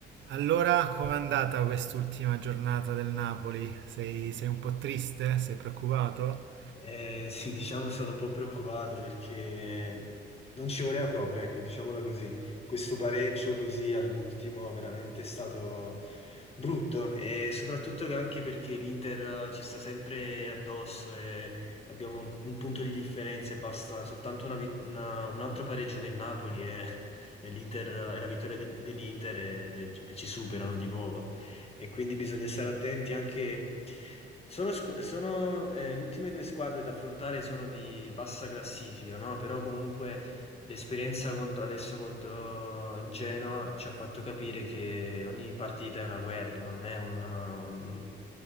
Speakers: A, on the right; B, on the left.
A: Allora, com'è andata quest'ultima giornata del Napoli? Sei, sei un po' triste? Sei preoccupato?
B: Eh, sì, diciamo sono un po' preoccupato perché non ci voleva proprio, ecco, diciamola così. Questo pareggio così all'ultimo veramente è stato brutto e soprattutto che anche perché l'Inter eh, ci sta sempre addosso e abbiamo un un punto di differenza e basta soltanto una vit- una- un altro pareggio del Napoli e, e l'Inter, e la vittoria del- dell'Inter e e ci superano di nuovo e quindi bisogna stare attenti anche. Sono, squ- sono, eh, le ultime due squadre da affrontare sono di bassa classifica, no? Però comunque l'esperienza contro- adesso contro il Genoa ci ha fatto capire che ogni partita è una guerra, non è un, un-